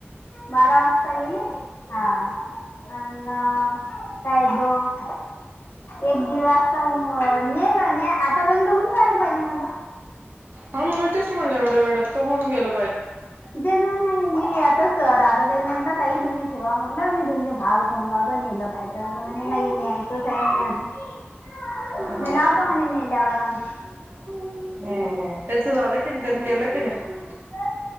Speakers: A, on the left; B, on the right.
A: बारा वाजता गेले हा अन काय दोन एक दिवस अह ने ना ने आता पर्यंत होऊन झाले पाहिजे ना ग
B: हा तेच म्हणले एवढ्या वेळात तर होऊन गेल
A: ज नाही मी आताच राधा ताई म्हटल ताई तुम्ही ठेवा म्हटल मी तुमच्या भावाला फोन लावतो नेलं काय <unintelligible> नाही न्यायचच आहे म्हणे अजून
B: हा
A: म लावतो म्हणे नेल्यावर आम्ही
B: हम्म हम्म त्याच झालं की नाही त्यांनी केलं कि नाही
A: ह